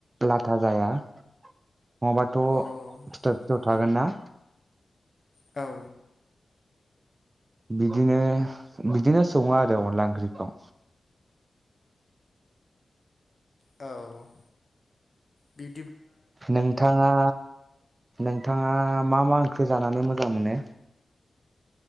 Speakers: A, on the right; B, on the left.
A: लाथा जाया। नङाबाथ'
B: औ
A: फिथर फिथर
B: उम
A: थागोन ना
B: औ
A: बिदिनो बिदिनो सङो आरो अनला ओंख्रिखौ।
B: औ बि
A: नोंथाङा नोंथाङा मा मा ओंख्रि जानानै मोजां मोनो?